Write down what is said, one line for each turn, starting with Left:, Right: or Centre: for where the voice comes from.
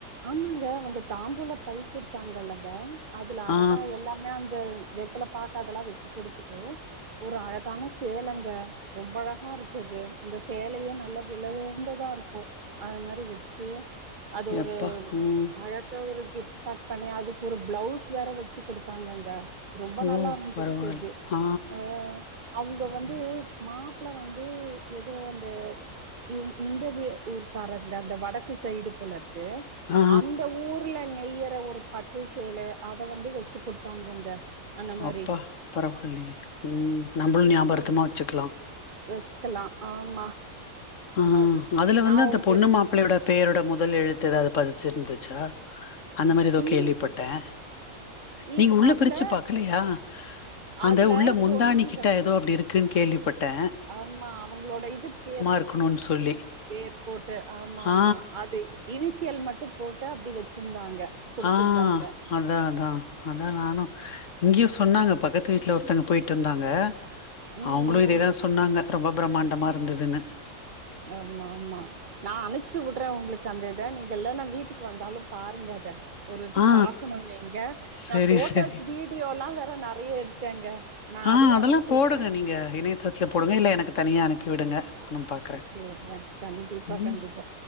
Right: ஆமாங்க அவங்க தாம்பூல பை குடுத்தாங்கல்லங்க அதுல அழகா
Left: ஆ
Right: எல்லாமே அந் த வெத்துல பாக்கு அதெல்லா வச்சு குடுத்துட்டு ஒரு அழகான சேலங்க ரொம்ப அழகா இருக்கு அது அந்த சேலயே நல்லா வில உயர்ந்ததா இருக்கு அது மாரி வச்சு அது ஒரு
Left: எப்பா! ம்.
Right: அழ க ஒரு கிஃப்ட் பேக் பண்ணி அதுக்கு ஒரு பிளவுஸ் வேற வச்சு குடுத்தாங்கங்க ரொம்ப
Left: ஓ!
Right: நல்லா இருந்துச்சு
Left: பரவால்ல.
Right: அது
Left: ஆ.
Right: அ அவங்க வந்து மாப்ள வந்து ஏதோ அந்த இந்‌ இந்த வி ஊர்காரங்க அந்த வடக்கு சைடு போல க்கு
Left: ஆ.
Right: அந்த ஊர்ல நெய்யற ஒரு பட்டு சேல அத வந்து வச்சு குடுத்தாங்கங்க அந்த மாரி
Left: அப்பா பரவாயில்லையே ம் நம்ளு ஞாபார்த்தமா
Right: ஆ
Left: வச்சுக்கலா
Right: வச்சுக்கலா ஆமா
Left: ஆ
Right: அது
Left: அதுல வந்து
Right: நா
Left: அந்த
Right: உங்களுக்கு
Left: பொண்ணு மாப் ப்பளையோட பேரோட முதல் எழுத்து ஏதாவது பதிச்சிருந்துச்சா அந்த மாதிரி ஏதோ
Right: இல்
Left: கேள்விப்பட்டே நீங்க
Right: இது
Left: உள்ள
Right: அதுல
Left: பிரிச்சு பாக்கலையா அந்த
Right: அதுல
Left: உள்ள முந்தாணிக்கிட்ட
Right: சொன்னாங்க
Left: தோ அப்டி இருக்குனு கேள்விப்பட்டே
Right: ஆமா அவங்களோட இது பேர்
Left: இருக்கணும்னு சொல்லி.
Right: பேர் போட்டு ஆமா
Left: ஆ
Right: ஆமா அது இனிஷியல் மட்டு போட்டு அப்டி வச்சிருந்தாங்க குடுத்திருந்தாங்க
Left: ஆ அதா அதா அதா நானு இங்கயு சொன்னாங்க பக்கத்து வீட்டுல ஒருத்தங்க போயிட்டு வந்தாங்க
Right: ம்
Left: அவங்களு
Right: ம்
Left: இதேதா சொன்னாங்க ரொம்ப பிரம்மாண்டமா இருந்துதுனு
Right: ஆமா மா நான் அனுப்ச்சி விடுற உங்களுக்கு அந்த இத நீங்க இல்லன்னா வீட்டுக்கு வந்தாலு பாருங்க அத ஒரு இது
Left: ஆ
Right: பாக்கணு இங்க
Left: சரி
Right: நா போட்டோஸ்
Left: சரி
Right: வீடியோல்லா வேற நெறைய எடுத்தேங்க நா
Left: ஆ
Right: அதையு
Left: அதெல்லா
Right: அனுப்ச்சு
Left: போடுங்க
Right: விடுறே
Left: நீங்க இணையத்தளத்துல போடுங்க இல்ல எனக்கு தனியா அனுப்பி விடுங்க நானு பாக்குறே
Right: அனுப்பி விடுற கண்டிப்பா
Left: ம்
Right: கண்டிப்பா